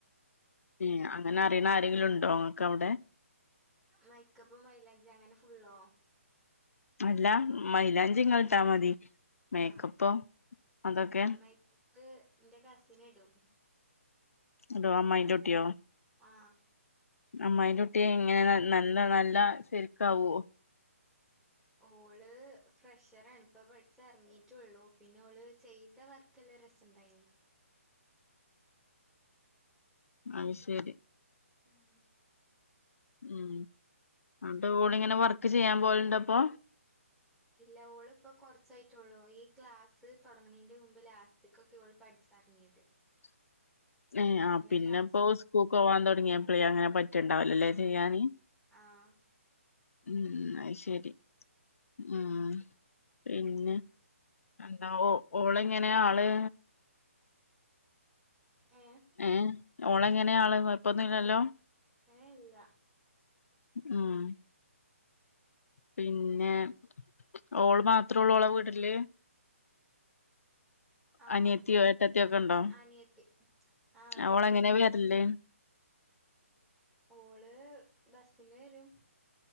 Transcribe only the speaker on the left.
ഉം അങ്ങനെ അറിയണ ആരെങ്കിലും ഉണ്ടോ നിങ്ങക്ക് അവിടെ
അല്ല മൈലാഞ്ചി നിങ്ങളിട്ടാമതി മേക്കപ്പൊ
അതൊക്കെയൊ
അതോ അമ്മായിന്റ കുട്ടിയോ
അമ്മായിന്റെ കുട്ടി ഇങ്ങനെ നല്ല നല്ല ശെരിക്കാവുമോ
അത് ശരി
ഉം എന്നിട്ട് ഓള് ഇങ്ങനെ വർക്ക് ചെയ്യാൻ പോലണ്ട് അപ്പൊ
<inaudible> ഏ ആ പിന്നെപ്പോ
സ്കൂൾക്ക് പോവാൻ തൊടങ്ങിയപ്പളേ അങ്ങനെ പറ്റിണ്ടാവില്ല
അല്ലേ ചെയ്യാന്
ഉം അത് ശരി ഉം പിന്നെ എന്താ ഓ ഓള് എങ്ങനെയാ ആള്
ഏ ഓള് എങ്ങനെയ ആള് കൊഴപ്പൊന്നും ഇല്ലല്ലോ
ഉം പിന്നെ ഓള് മാത്രേ ഉള്ളൂ ഓളെ വീട്ടില്ല്
അനിയത്തിയോ എട്ടത്തിയോ ഒക്കെ ഉണ്ടോ
അവള് എങ്ങനെയ വെരല്